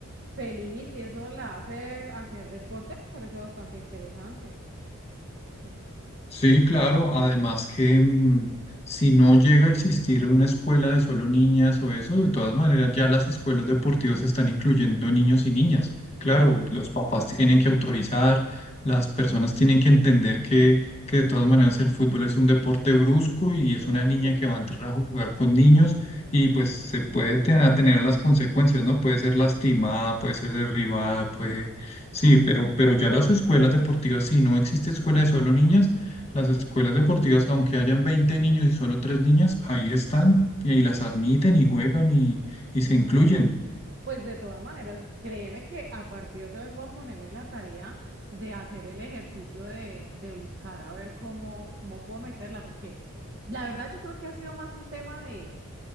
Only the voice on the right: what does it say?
feliz, si eso la hace hacer deporte, me parece bastante interesante. Mm.
Brusco.
Pues de todas maneras, créeme que a partir de hoy voy a ponerme en la tarea de hacer el ejercicio de, de buscar a ver cómo, cómo puedo meterla, porque la verdad yo creo que ha sido más un tema de